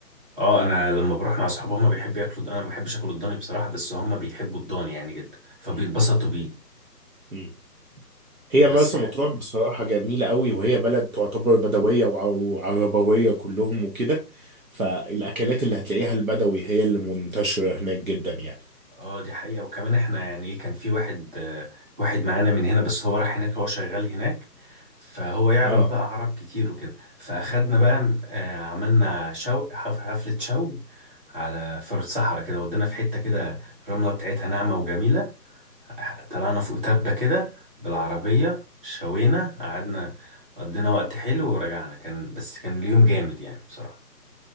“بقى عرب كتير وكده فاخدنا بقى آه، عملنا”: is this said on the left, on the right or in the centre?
Right